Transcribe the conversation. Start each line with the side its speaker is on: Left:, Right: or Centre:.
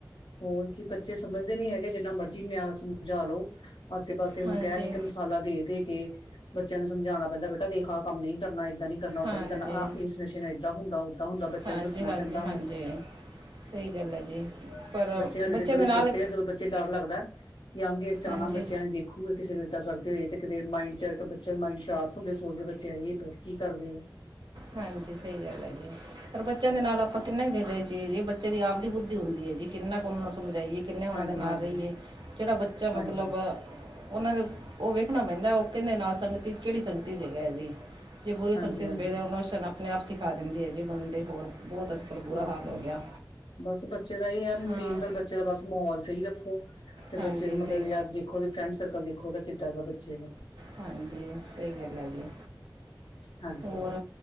Left: ਹੋਰ ਕੀ ਬੱਚੇ ਸਮਝਦੇ ਨੀ ਹੈਗੇ ਜਿੰਨਾ ਮਰਜੀ ਨਿਆਂ ਸਮਝਾ ਲੋ ਆਸੇ-ਪਾਸੇ ਹੁਣ
Right: ਹਾਂਜੀ
Left: ਕਹਿ ਕੇ। <unintelligible> ਲਾ ਦੇ-ਦੇ ਕੇ ਬੱਚਿਆਂ ਨੂੰ ਸਮਝਾਣਾ ਪੈਂਦਾ ਬੇਟਾ ਦੇਖ ਆ ਕੰਮ ਨਈ ਕਰਨਾ ਏਦਾਂ ਨੀ ਕਰਨਾ ਓਦਾਂ
Right: ਹਾਂਜੀ
Left: ਨੀ ਕਰਨਾ ਆ ਇਸ ਨਸ਼ੇ ਨਾ ਏਦਾਂ ਹੁੰਦਾ ਓਦਾਂ ਹੁੰਦਾ ਬੱਚਿਆਂ
Right: ਹਾਂਜੀ
Left: ਨੂੰ ਦੱਸਣਾ
Right: ਹਾਂਜੀ
Left: ਪੈਂਦਾ ਹੁਨ।
Right: ਹਾਂਜੀ ਸਹੀ ਗੱਲ ਐ ਜੀ। ਪਰ
Left: ਬੱਚੇ ਹਲੇ
Right: ਬੱਚਿਆਂ
Left: ਤੇ ਚਲੋ
Right: ਦੇ
Left: ਛੋਟੇ
Right: ਨਾਲ
Left: ਆ ਜਦੋਂ ਬੱਚੇ ਡਰ ਲੱਗਦਾ ਯੰਗ ਏਜ਼ 'ਚ
Right: ਹਾਂਜੀ
Left: ਆਣਾ ਬੱਚਿਆਂ ਨੇ ਦੇਖੋ। ਪੂਰੇ ਕਿਸੇ ਨੂੰ ਏਦਾਂ ਕਰਦੇ ਹੋਏ ਤੇ ਕਿਤੇ ਮਾਇੰਡ ਚ ਬੱਚੇ ਮਾਇੰਡ ਸ਼ਾਰਪ ਹੁੰਦੇ ਸੋਚਦੇ ਬੱਚੇ ਐ ਤਰੱਕੀ ਕਰ ਰਏ।
Right: ਹਾਂਜੀ, ਸਈ ਗੱਲ ਹੈ ਜੀ। ਪਰ ਬੱਚਿਆਂ ਦੇ ਨਾਲ ਆਪਾਂ ਕਿੰਨਾ ਹੀ ਦੇਰ ਰਹੀਏ ਜੀ ਬੱਚੇ ਦੀ ਆਪ ਦੀ ਬੁੱਧੀ ਹੁੰਦੀ ਏ ਜੀ ਕਿੰਨਾ ਕੁ ਉਨੂੰ ਸਮਝਾਈਏ। ਕਿੰਨੇ ਉਹਨਾਂ
Left: ਹਾਂਜੀ-ਹਾਂਜੀ,
Right: ਦੇ ਨਾਲ ਰਈਏ ਕੇੜਾ ਬੱਚਾ ਮਤਲਬ
Left: ਹਾਂਜੀ,
Right: ਉਨਾਂ ਨੂੰ ਔ ਵੇਖਣਾ ਪੈਂਦਾ ਔ ਕਿਦੇ ਨਾਲ ਸੰਗਤੀ 'ਚ ਕੇੜੀ ਸੰਗਤੀ 'ਚ ਹੈਗਾ ਏ ਜੀ। ਜੇ ਬੁਰੀ ਸੰਗਤੀ
Left: ਹਾਂਜੀ-ਹਾਂਜੀ
Right: 'ਚ ਵੇਖਦਾ ਇਮੋਸ਼ਨ ਆਪਨੇ ਆਪ ਸਿਖਾ ਦਿੰਦੀ ਏ ਜੀ ਬੰਦੇ ਹੋਰ ਬਹੁਤ ਅਜ ਬੁਰਾ
Left: ਬਸ-ਬਸ।
Right: ਹਾਲ
Left: ਬਸ
Right: ਹੋ
Left: ਬਸ
Right: ਗਿਆ।
Left: ਬਸ ਬੱਚੇ ਦਾ ਏਈ ਐ ਮੇਨ
Right: ਹਾਂ
Left: ਗੱਲ ਬੱਚੇ ਦਾ ਬਸ ਮਾਹੌਲ ਸਈ ਰੱਖੋ। ਤੇ
Right: ਹਾਂਜੀ
Left: ਬੱਚੇ ਨੂੰ
Right: ਸਹੀ
Left: ਮਤਲਬ ਯਾ ਦੇਖੋ ਉਦੇ ਫਰੈਂਡ ਸਰਕਲ ਦੇਖੋ ਉਦਾ ਕਿੱਦਾਂ ਦਾ ਬੱਚੇ ਨੂੰ
Right: ਹਾਂਜੀ ਸਹੀ ਗੱਲ ਹੈ ਜੀ
Left: ਹਾਂਜੀ।
Right: ਹੋਰ